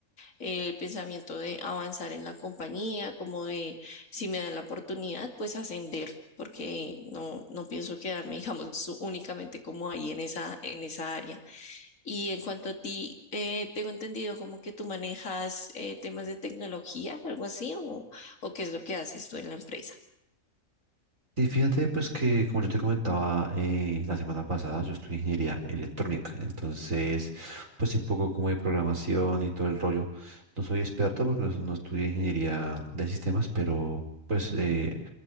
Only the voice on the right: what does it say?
Y fíjate, pues que como yo te comentaba eh, la semana pasada, yo estudio ingeniería electrónica, entonces pues sí, un poco como de programación y todo el rollo. No soy experto porque no, no estudié ingeniería de sistemas, pero pues eh,